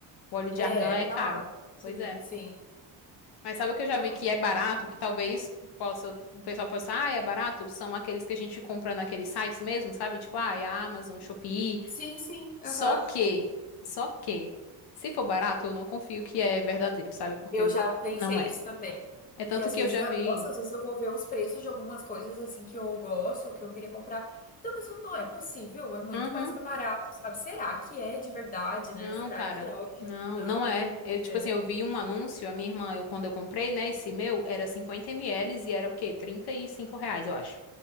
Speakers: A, on the left (about 60°); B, on the left (about 20°).
A: O óleo de
B: É,
A: argan é
B: cara.
A: caro.
B: Sim,
A: Pois é.
B: sim.
A: Mas sabe o que eu já
B: No-
A: vi que é barato, que talvez possa, o pessoal possa, ah, é barato? São aqueles que a gente compra naqueles sites mesmo, sabe? Tipo, ah, é Amazon, Shopee.
B: Sim, sim. Aham.
A: Só que, só que, se for barato, eu não confio que é verdadeiro, sabe? Porque
B: Eu já pensei
A: não é.
B: isso também.
A: É tanto
B: Porque às
A: que
B: vezes,
A: eu já
B: a-
A: vi.
B: nossa, às vezes eu vou ver uns preços de algumas coisas assim que eu gosto ou que eu queria comprar. Então eu penso, não é possível, é muito
A: Uhum.
B: mais barato, sabe? Será que é de verdade,
A: Não,
B: né? Será
A: cara.
B: que é original?
A: Não,
B: Não.
A: não é. Eu, tipo
B: É.
A: assim, eu vi um anúncio, a minha irmã, eu quando eu comprei, né, esse meu, era 50 ml e era o quê? trinta e cinco reais, eu acho.